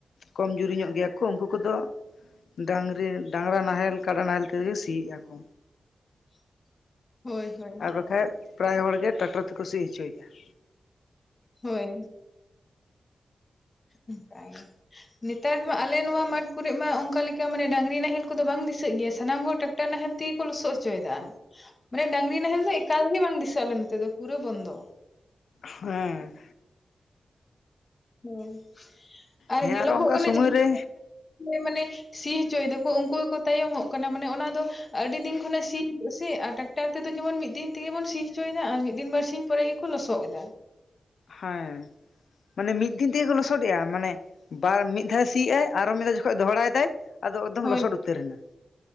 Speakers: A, on the left; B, on the left.
A: ᱠᱚᱢ ᱡᱩᱨᱤ ᱧᱚᱜ ᱜᱮᱭᱟ ᱠᱚ ᱩᱱᱠᱩ ᱠᱚᱫᱚ ᱰᱟᱝᱨᱤ ᱰᱟᱝᱨᱟ ᱱᱟᱦᱮᱞ ᱠᱟᱰᱟ ᱱᱟᱦᱮᱞ ᱛᱮᱜᱮ ᱥᱤᱭᱮᱫᱼᱟ ᱠᱚ᱾
B: <inaudible> ᱦᱳᱭ ᱦᱳᱭ
A: ᱟᱨ ᱵᱟᱠᱷᱟᱡ ᱯᱨᱟᱭ ᱦᱚᱲᱜᱮ ᱴᱨᱟᱠᱴᱚᱨ ᱛᱮᱠᱚ ᱥᱤ ᱦᱚᱪᱚᱭᱮᱫᱼᱟ᱾
B: ᱦᱳᱭ ᱚᱱᱠᱟ ᱜᱮ ᱱᱮᱛᱟᱨ ᱢᱟ ᱟᱞᱮ ᱱᱚᱣᱟ ᱢᱟᱴᱷ ᱠᱚᱨᱮ ᱢᱟ ᱚᱱᱠᱟ ᱢᱟᱱᱮ ᱰᱟᱹᱝᱨᱤ ᱱᱟᱦᱮᱞ ᱠᱚᱫᱚ ᱵᱟᱝ ᱫᱤᱥᱟᱹᱜ ᱜᱮᱭᱟ ᱾ᱥᱟᱱᱟᱢ ᱦᱚᱲ ᱴᱟᱠ ᱴᱟᱨ ᱱᱟᱦᱮᱞ ᱛᱮᱜᱮ ᱠᱚ ᱞᱚᱥᱚᱫ ᱦᱚᱪᱚᱭᱮᱫᱟ ᱢᱟᱱᱮ ᱰᱟᱝᱨᱤ ᱱᱟᱦᱮᱞ ᱫᱚ ᱮᱠᱟᱞ ᱜᱮ ᱵᱟᱝ ᱫᱤᱥᱟᱹᱜ ᱟᱞᱮ ᱱᱚᱛᱮ ᱫᱚ ᱯᱩᱨᱟᱹ ᱵᱚᱱᱫᱚ
A: ᱦᱮᱸ
B: ᱦᱮᱸ ᱟᱨ
A: ᱦᱮᱸ
B: ᱧᱮᱞᱚᱜᱚᱜ
A: ᱟᱨᱚ ᱚᱱᱠᱟ
B: ᱠᱟᱱᱟ
A: ᱥᱚᱢᱚᱭ ᱨᱮ
B: <unintelligible> ᱢᱟᱱᱮ ᱥᱤ ᱦᱚᱪᱚᱭ ᱫᱟᱠᱚ ᱩᱱᱠᱩ ᱜᱮᱠᱚ ᱛᱟᱭᱚᱢᱚᱜ ᱠᱟᱱᱟ ᱢᱟᱱᱮ ᱚᱱᱟ ᱫᱚ ᱟᱹᱰᱤ ᱫᱤᱱ ᱠᱷᱚᱱᱟᱜ ᱥᱤ ᱫᱟ ᱥᱮ ᱟᱨ ᱴᱨᱟᱠᱴᱟᱨ ᱛᱮᱫᱚ ᱡᱮᱢᱚᱱ ᱢᱤᱫ ᱫᱤᱱ ᱛᱮᱜᱮ ᱵᱚᱱ ᱥᱤ ᱦᱚᱪᱚᱭᱮᱫᱟ ᱟᱨ ᱢᱤᱫ ᱫᱤᱱ ᱵᱟᱨᱥᱤᱧ ᱯᱚᱨᱮ ᱜᱮᱠᱚ ᱞᱚᱥᱚᱫ ᱮᱫᱟ
A: ᱦᱮᱸ ᱢᱟᱱᱮ ᱢᱤᱫ ᱫᱤᱱ ᱛᱮᱜᱮ ᱠᱚ ᱞᱚᱥᱚᱫᱮᱜᱼᱟ ᱢᱟᱱᱮ ᱵᱟᱨ ᱢᱤᱫ ᱫᱷᱟᱣ ᱥᱤᱭ ᱟᱭ ᱟᱨᱚ ᱢᱤᱫ ᱫᱷᱟᱣ ᱡᱚᱠᱷᱚᱱ ᱫᱚᱦᱲᱟᱭ ᱫᱟᱭ ᱟᱫᱚ ᱮᱠᱫᱚᱢ
B: ᱦᱳᱭ
A: ᱞᱚᱥᱚᱫ ᱩᱛᱟᱹᱨ ᱮᱱᱟ